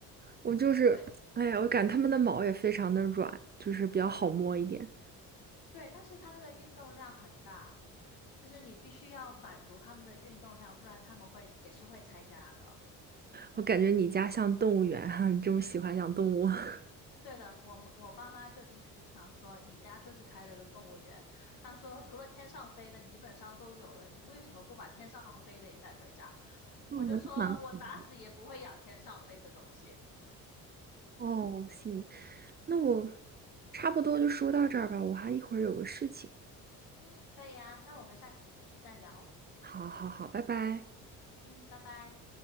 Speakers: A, on the right; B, on the left.
A: 我就是，
B: 对，
A: 哎呀，我感觉它们的毛也非常的软，就是比较好摸一点。
B: 对，但是他们的运动量很大，就是你必须要满足他们的运动量，不然他们会也是会拆家的。
A: 我感觉你家像动物园哈，你这么喜欢养动物。<laughs>
B: 对的，我们我爸妈就经常说，你家就是开了个动物园。他说，除了天上飞的，你基本上都有了，你为什么不把天上飞的也带回家？
A: 嗯我哦，
B: 我就说，
A: 蛮 <laughs>
B: 我打死也不会养天上飞的东西。
A: 哦，行，那我差不多就说到这儿吧，我还一会儿有个事情。
B: 嗯，可以啊，那我们下下次再聊。
A: 好好好，拜拜。
B: 嗯，拜拜。